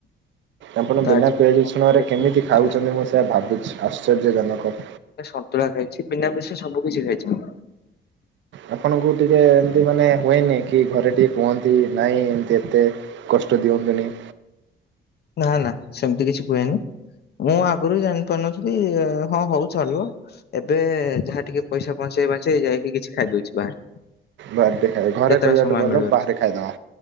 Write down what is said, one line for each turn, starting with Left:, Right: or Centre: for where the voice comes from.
Right: ଆପଣ
Left: ତ
Right: ବିନା
Left: ଆଜି
Right: ପିଆଜ ରଷୁଣରେ
Left: ଖାଇଥିଲି,
Right: କେମିତି
Left: ମୁଁ ଖୁସି
Right: ଖାଉଛନ୍ତି,
Left: ଅଛି।
Right: ମୁଁ ସେୟା ଭାବୁଛି ଆଶ୍ଚର୍ଯ୍ୟଜନକ
Left: ପତଳା ଖାଇଛି ପିନା ପିସା ସବୁ କିଛି ଖାଇଛି ମୁଁ
Right: ଆପଣଙ୍କୁ ଟିକେ ଏମତି ମାନେ ହୁଏନି କି ଘରେ ଟିକେ କୁହନ୍ତି ନାଇଁ ଏମତି ଏତେ କଷ୍ଟ ଦିଅନ୍ତୁ ନି
Left: ନା ନା ସେମିତି କିଛି କୁହେନି ମୁଁ ଆଗରୁ ଜାଣିପାରୁନଥିଲି ହଁ ହଉ ଚଳିବ ଏବେ ଯାହା ଟିକେ ପଇସା ପହଞ୍ଚି <unintelligible> ମାଛ ଯାଇକି କିଛି ଖାଇଦଉଛି ବାହାରେ
Right: ବାହାର ଟିକେ ଖାଇ ଘରେ
Left: ଯେତେବେଳେ
Right: କହିବାଠୁ
Left: ସମୟ
Right: ଭଲ
Left: ମିଳୁଅଛି
Right: ବାହାରେ ଖାଇଦବା